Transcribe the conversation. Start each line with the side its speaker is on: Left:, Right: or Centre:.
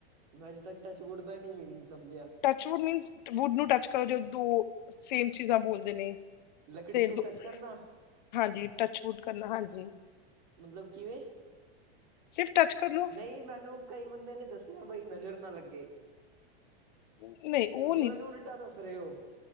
Right: ਮੈਂ ਅੱਜੇ ਤੱਕ ਟਚਵੁਡ ਦਾ ਨੀ ਮੀਨਿਗ ਸਮਝਿਆ।
Left: ਟੱਚ ਵੁੱਡ ਮੀਨ ਵੁੱਡ ਨੂੰ ਟੱਚ ਕਰੋ ਜਦੋ ਸੇਮ ਚੀਜ਼ਾਂ ਬੋਲਦੇ ਨੇ।
Right: ਲੱਕੜੀ
Left: ਫੇਰ
Right: ਨੂੰ
Left: ਦੋ
Right: ਟੱਚ ਕਰਨਾ
Left: ਹਾਂਜੀ ਟੱਚ ਵੁਡ ਕਰਨਾ ਹਾਂਜੀ।
Right: ਮਤਲਬ ਕਿਵੇਂ?
Left: ਸਿਰਫ ਟੱਚ ਕਰ ਲੋ
Right: ਨਹੀਂ ਮੈਨੂੰ' ਕਈ ਬੰਦੇ ਨੇ ਦੱਸਿਆ ਬਈ ਨਜ਼ਰ ਨਾ ਲੱਗੇ।
Left: ਨਹੀਂ ਉਹ
Right: ਤੁਸੀਂ ਮੈਨੂੰ ਉਲਟਾ ਦੱਸ ਰਹੇ ਹੋ